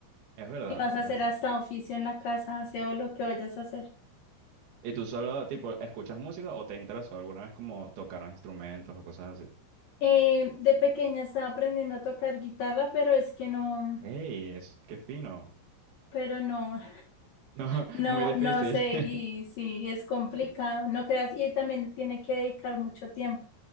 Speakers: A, on the right; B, on the left.
A: Es verdad,
B: Si vas
A: es
B: a hacer
A: verdad.
B: hasta oficio en la casa, aseo lo que vayas a hacer.
A: ¿Y tú solo, tipo, escuchas música o te interesó alguna vez como tocar instrumentos o cosas así?
B: Eh, de pequeña estaba aprendiendo a tocar guitarra, pero es que no,
A: ¡Ey! Es, ¡Qué fino! <laughs>
B: pero no,
A: No,
B: no,
A: muy difícil.
B: no seguí,
A: <laughs>
B: sí, es complicado, no creas, y también tiene que dedicar mucho tiempo,